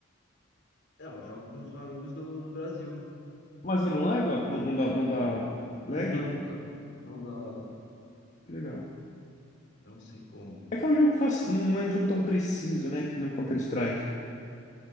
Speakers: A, on the left; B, on the left.
A: Não, eu jogo com os amigos do, do Brasil.
B: Mas aí não lega? Não, não dá, não dá lag?
A: Não, cara. Não dá lag.
B: Que legal.
A: Não sei como.
B: É que é um jogo fácil, não não é um jogo tão preciso, né? Que nem um Counter-Strike.